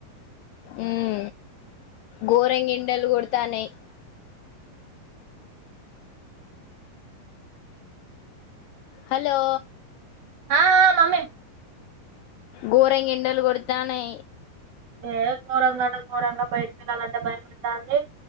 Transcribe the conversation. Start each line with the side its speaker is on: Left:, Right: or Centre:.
Left: ఉ గోరంగా ఎండలు కొడతానయి హలో
Right: ఆ ఆ మమ్మీ
Left: గోరంగా ఎండలు కొడతానయి
Right: ఏ ఘోరంగా అంటే ఘోరంగా బయటికి వెళ్ళాలంటే భయమైతాంది